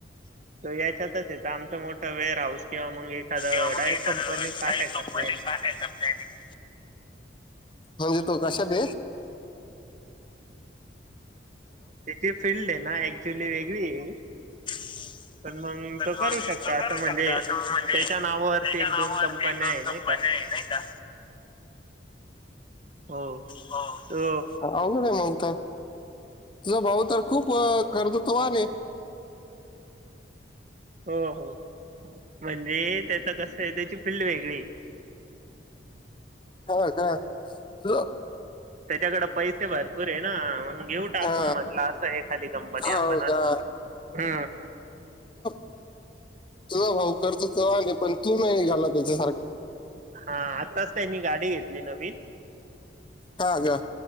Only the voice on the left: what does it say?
किंवा
मग इतर
डायरेक्ट कंपनी
टाकायचा प्लॅनिंग म्हणजे तो कशा ब
हो
पण
मग
त
करू
शकता अं म्हणजे
त्याच्या
नावावरची
एक दोन
कंपन्या
आहे आयता
हो
अवघड आहे मग तर तुझा भाऊ तर खूप करर्त तोने
हा काा त
हा,
हा
हो
का
तुझ भाऊ करत त पण तू नाही निघाला त्याच्यासारखा
हा ग